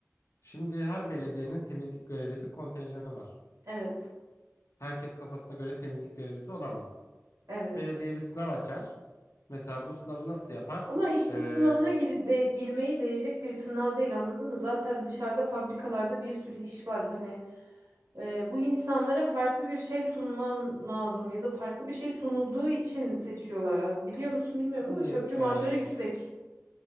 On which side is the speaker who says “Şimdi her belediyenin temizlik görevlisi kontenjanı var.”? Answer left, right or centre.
Left